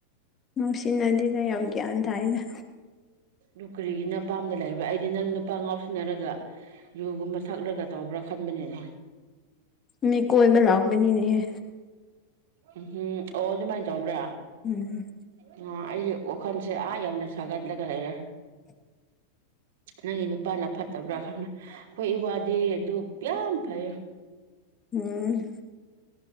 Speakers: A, on the left; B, on the right.
A: ꯉꯥꯎꯁꯤꯟꯅꯗꯦꯗ ꯌꯥꯝ ꯒ꯭ꯌꯥꯟ ꯇꯥꯏꯌꯦꯗ
B: ꯗꯨ ꯀꯔꯤꯒꯤ ꯅꯄꯥꯥꯝꯗ ꯂꯩꯕ꯭ꯔꯥ ꯑꯩꯗꯤ ꯅꯪ ꯅꯨꯄꯥ ꯉꯥꯎꯁꯤꯟꯅꯔꯒ ꯌꯨ ꯒꯨꯝꯕ ꯊꯛꯔꯒ ꯇꯧꯕ꯭ꯔꯥ ꯈꯟꯕꯅꯤꯅꯦ
A: ꯃꯤ ꯀꯣꯏꯕ ꯂꯥꯛꯄꯅꯤꯅꯦꯍꯦ
B: ꯎꯝꯍꯨꯝ ꯑꯣ ꯑꯗꯨꯃꯥꯏꯟ ꯇꯧꯕ꯭ꯔꯥ
A: ꯎꯝ
B: ꯑꯣ ꯑꯩꯗꯤ ꯋꯥꯈꯜꯁꯦ ꯑꯥ ꯌꯧꯅ ꯁꯥꯒꯠꯂꯒ ꯂꯩꯔꯦ
A: <inaudible>
B: ꯅꯪꯒꯤ ꯅꯨꯄꯥꯅ ꯐꯠꯇꯕ꯭ꯔꯥ ꯈꯟꯕ ꯑꯩꯈꯣꯏ ꯏꯋꯥꯗꯤ ꯗꯨꯞ ꯌꯥꯝ ꯐꯩ
A: ꯎꯝ